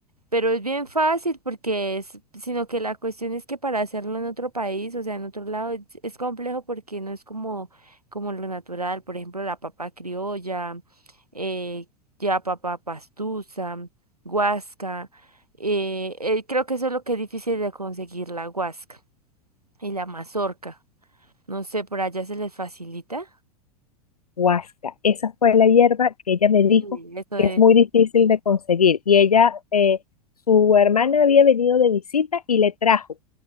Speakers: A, on the right; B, on the left.
A: Pero es bien fácil porque es, sino que la cuestión es que para hacerlo en otro país, o sea, en otro lado, es, es complejo porque no es como, como lo natural, por ejemplo, la papa criolla, eh, ya papa pastusa, guasca, eh, eh, creo que eso es lo que es difícil de conseguir, la guasca y la mazorca. No sé, por allá se les facilita
B: huasca. Esa fue la hierba que ella me dijo
A: Mm, eso de...
B: que es muy difícil de conseguir. Y ella, eh, su hermana había venido de visita y le trajo.